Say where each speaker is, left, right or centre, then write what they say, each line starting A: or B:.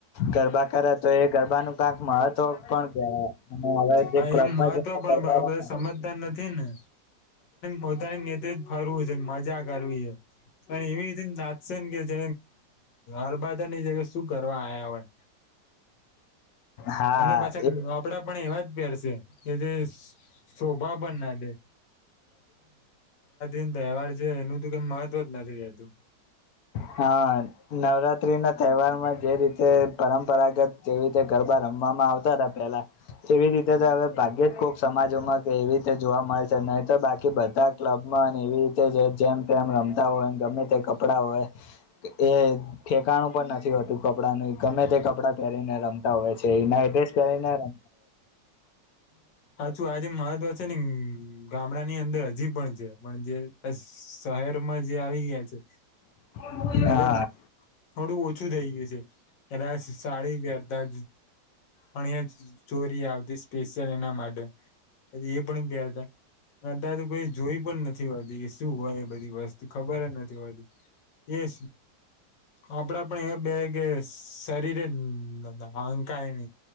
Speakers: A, on the left (about 65°); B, on the left (about 85°).
A: ગરબા કરે તો એ ગરબાનું કાંક મહત્વ પણ કહેવાય અને હવે જે
B: હ એ
A: ક્લબમાં
B: મહત્વ
A: જઈને
B: પણ
A: ગરબા
B: બરાબર
A: રમે
B: સમજતા નથી ને. પોતાને <unintelligible> ને ફરવું છે. મજા કરવી. પણ એવી રીતે તાત <unintelligible> જ હરબાદા ની જગ શું કરવા આયા હોય.
A: હા
B: અને પાછા
A: એ
B: આપડા પણ એવા જ પહેરશે એ જે શોભા બન ના દે. <unintelligible> તહેવાર જે એનું ત કઈ મહત્વ જ નથી રહેતું.
A: હા નવરાત્રી ના તહેવાર માં જે રીતે પરંપરાગત જેવી રીતે ગરબા રમવામાં આવતા હતા પેલા તેવી રીતે હવે ભાગ્યે જ કોક સમાજોમાં કે એવી રીતે જોવા મળે છે નહી તો બાકી બધા ક્લબમાં એવી રીતે જેમ તેમમ રમતા હોય ગમે તે કપડા હોય એ ઠેકાણું પણ નથી હોતું કપડાંનું ગમે તે કપડાં પહેરીને રમતા હોય. નાઇટડ્રેસ પેરીને <unintelligible>
B: પાછુ આજે મહત્વ છે ને. ગામડા ની અંદર હજી પણ છે પણ જે શહેરમાં જે આવી ગયા છે.
A: હોય
B: એમ બધા
A: હા
B: થોડું ઓછું થઈ ગયું છે કદાચ સાડી વહેરતા અણ ચોરી આવતી. સ્પેશિયલ એના માટે એ પણ પેરતા કદાજ કોઈ જોઈ પણ નથી હોતી શું હોય બધી વસ્તુ ખબર નથી હોતી એ આપડા પણ એવા પેારે કે શરીરે <unintelligible> હંકાય ન